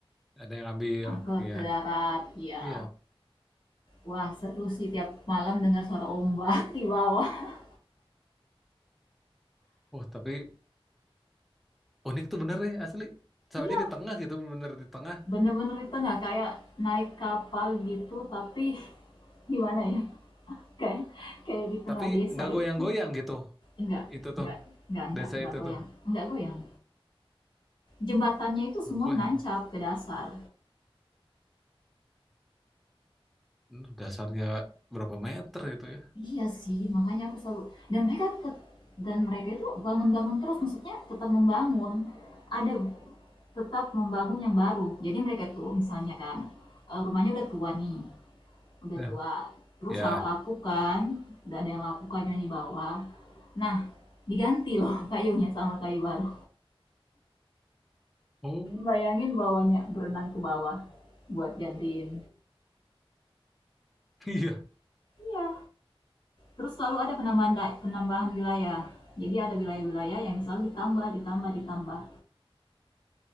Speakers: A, in the centre; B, on the left.
A: Ada yang ambil,
B: Angkut
A: iya,
B: ke darat, ya.
A: iya.
B: Wah, seru sih tiap malam dengar suara ombak di bawah. <laughs>
A: Oh, tapi unik tuh bener ya asli. Soalnya
B: Iya,
A: di tengah gitu, bener di tengah.
B: bener-bener itu nggak kayak naik kapal gitu, tapi <laughs> gimana ya? Kayak kayak di tengah
A: Tapi
B: desa
A: nggak
B: itu
A: goyang-goyang gitu.
B: Enggak
A: itu
B: enggak
A: tuh
B: enggak enggak
A: desa
B: enggak
A: itu
B: goyang
A: tuh
B: enggak goyang. Jembatannya itu
A: gue
B: semua menancap
A: ya
B: ke dasar.
A: hmm, dasarnya berapa meter itu ya
B: Iya sih, makanya aku selalu dan mereka dan mereka itu bangun-bangun terus, maksudnya tetap membangun. Ada tetap membangun yang baru. Jadi mereka tuh misalnya kan eh, rumahnya udah tua nih, udah
A: ya
B: tua. Terus
A: ya
B: ra- lapuk kan, udah ada yang lapuk kayunya di bawah. Nah, diganti loh <laughs> kayunya sama kayu baru.
A: oh
B: Bayangin bawahnya berenang ke bawah buat gantiin.
A: <laughs> iya
B: Iya, Terus selalu ada penambahan penambahan wilayah. Jadi ada wilayah-wilayah yang selalu ditambah, ditambah, ditambah.